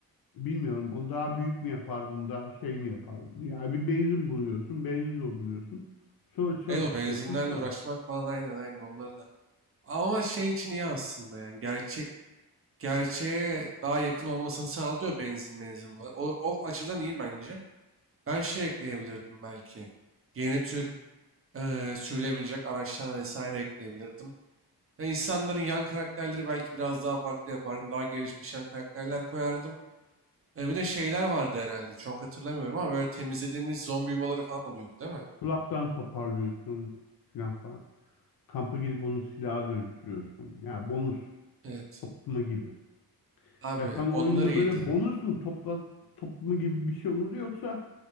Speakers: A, on the left; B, on the right.
A: bilmiyorum onu daha büyük mü yapardın daha şey mi yapardın? Yani bir benzin buluyorsun, benzin dolduruyorsun. Sonra çalıştırıyorsun
B: Evet o benzinlerle
A: filan.
B: uğraşmak falan aynen aynen onları da. Ama şey için iyi aslında yani gerçek gerçeğe daha yakın olmasını sağlıyor benzin benzin. O, o açıdan iyi bence. Ben şey ekleyebilirdim belki. Yeni tür eee sürülebilecek araçlar vesaire ekleyebilirdim. Ve insanların yan karakterleri belki biraz daha farklı yapardım. Daha gelişmiş yan karakterler koyardım. E, bir de şeyler vardı herhalde. Çok hatırlamıyorum ama böyle temizlediğimiz zombi yuvaları falan oluyordu değil mi?
A: Kulaktan toparlıyorsun filan falan. Kampa gidip onu silaha dönüştürüyorsun. Yani bonus
B: Evet.
A: toplama gibi.
B: Abi
A: Ya sen oyunda
B: onlar iyiydi.
A: böyle bonus mu topla toplumu gibi bir şey olurdu yoksa